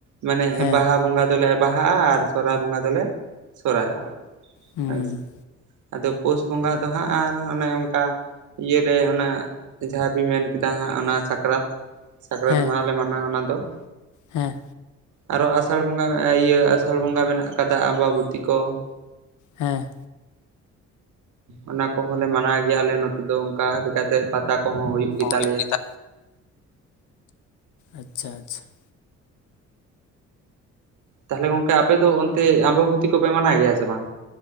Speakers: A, on the right; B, on the left.
A: ᱢᱟᱱᱮ
B: ᱦᱮᱸ
A: ᱵᱟᱦᱟ ᱵᱚᱸᱜᱟ ᱫᱚᱞᱮ ᱵᱟᱦᱟᱜᱼᱟ ᱟᱨ ᱥᱚᱨᱦᱟᱭ ᱵᱚᱸᱜᱟ ᱫᱚᱞᱮ ᱥᱚᱨᱦᱟᱭᱚᱜᱼᱟ ᱾
B: ᱦᱩᱸ
A: ᱦᱳᱭ ᱟᱫᱚ ᱯᱩᱥ ᱵᱚᱸᱜᱟ ᱫᱚ ᱦᱟᱸᱜ ᱟᱨ ᱚᱱᱮ ᱚᱱᱠᱟ ᱤᱭᱟᱹ ᱞᱮ ᱚᱱᱟ ᱡᱟᱦᱟᱸ ᱵᱤᱱ ᱢᱮᱱ ᱠᱮᱫᱟ ᱦᱟᱸᱜ ᱚᱱᱟ ᱥᱟᱠᱨᱟᱛ ᱥᱟᱠᱨᱟᱛ
B: ᱦᱮᱸ
A: ᱢᱟᱦᱟᱞᱮ ᱢᱟᱱᱟᱣᱟ ᱚᱱᱟ ᱫᱚ ᱾
B: ᱦᱮᱸ
A: ᱟᱨ ᱦᱚᱸ ᱟᱥᱟᱲ ᱵᱚᱸᱜᱟ ᱤᱭᱟᱹ ᱟᱥᱟᱲ ᱵᱚᱸᱜᱟ ᱢᱮᱱᱟᱜ ᱟᱠᱟᱫᱟ ᱟᱸᱵᱟᱵᱚᱛᱤ ᱠᱚ ᱾
B: ᱦᱮᱸ
A: ᱚᱱᱟ ᱠᱚᱦᱚᱸ ᱞᱮ ᱢᱟᱱᱟᱣ ᱜᱮᱭᱟ ᱟᱞᱮ ᱱᱚᱛᱮ ᱫᱚ ᱚᱱᱠᱟ ᱞᱮᱠᱟ ᱛᱮ ᱯᱟᱛᱟ ᱠᱚᱦᱚᱸ ᱦᱩᱭᱩᱜ ᱜᱮᱛᱟᱞᱮᱭᱟ
B: ᱦᱩᱭᱩᱜ ᱜᱮᱛᱟ ᱟᱪᱪᱷᱟ ᱟᱪᱪᱷᱟ ᱾
A: ᱛᱟᱦᱚᱞᱮ ᱜᱚᱢᱠᱮ ᱟᱯᱮ ᱫᱚ ᱚᱱᱛᱮ ᱟᱸᱵᱟᱵᱚᱛᱤ ᱠᱚᱯᱮ ᱢᱟᱱᱟᱣ ᱜᱮᱭᱟ ᱥᱮ ᱵᱟᱝ?